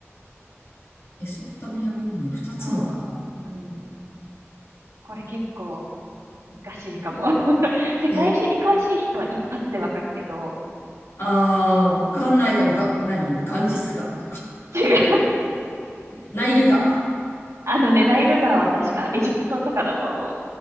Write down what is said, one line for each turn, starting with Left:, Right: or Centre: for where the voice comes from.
Left: メソポタミア文明、二つの川。
Right: そう、うん、これ結構難しいかも。<laughs> 世界史に詳しい人は一発でわかるけど、
Left: え、あー、わかんないかも。が、何ガンジス川。
Right: 違う。<laughs>
Left: ナイル川。
Right: あのね、ナイル川は確かエジプトとかだと思う。